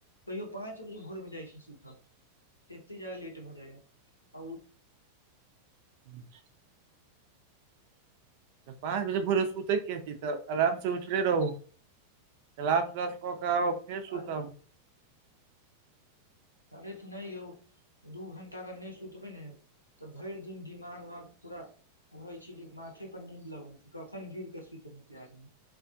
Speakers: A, on the left; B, on the right.
A: कहियो पाँच बजे भोरमे जाई छी सुतअ एतेक जादा लेट भऽ जाईया आउ
B: हूँ <inaudible> तऽ पाँच बजे भोरे सुतय के अथि तऽ आराम सँ उठले रहू राख राख कऽ कऽआब फेर सुतब
A: अरे नहि यौ दू घंटा अगर नहि सुतबै ने तऽ भरि दिन दिमाग पूरा होइ छै कि माथे पर नीद लगैत छै कखन गिर के सुतल जैब